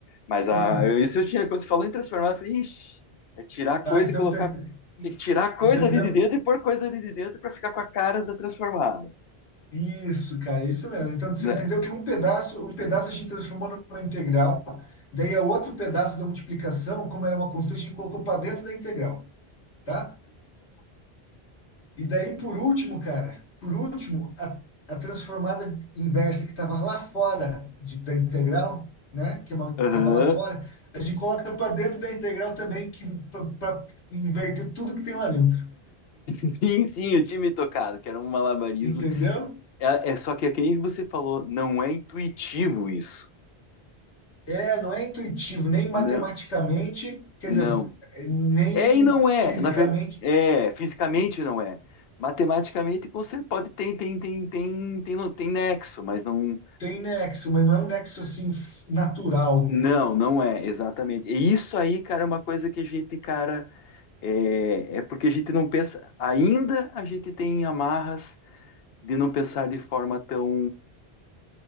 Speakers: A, on the left; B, on the left.
A: Mas a,
B: Sim,
A: isso eu tinha, quando você falou em transformar, eu falei, ixi, é tirar
B: tá?
A: coisa
B: Então,
A: e colocar.
B: ente-
A: Tem que tirar coisa
B: entendeu?
A: ali de dentro e pôr coisa ali de dentro para ficar com a cara da transformada,
B: Isso, cara, isso mesmo. Então, você
A: né?
B: entendeu que um pedaço, um pedaço a gente transformou numa integral, daí é outro pedaço da multiplicação, como era uma constante, a gente colocou para dentro da integral, tá? E daí, por último, cara, por último, a, a transformada inversa que estava lá fora de, da integral, né? Que estava
A: Aham.
B: lá
A: <laughs>
B: fora, a gente coloca para dentro da integral também, que para inverter tudo que tem lá dentro.
A: Sim, sim, eu tinha me tocado, que era um malabarismo.
B: Entendeu?
A: É, é só que é que nem você falou, não é intuitivo isso.
B: É, não é intuitivo, nem
A: Não,
B: matematicamente, quer
A: não.
B: dizer, nem
A: É e não é.
B: fisicamente.
A: Na ver... É, fisicamente não é. Matematicamente, você pode tem, tem, tem, tem, tem, tem nexo, mas não.
B: Tem nexo, mas não é um nexo assim f- natural,
A: Não,
B: né?
A: não é, exatamente. E isso aí, cara, é uma coisa que a gente, cara, é, é porque a gente não pensa, ainda a gente tem amarras de não pensar de forma tão,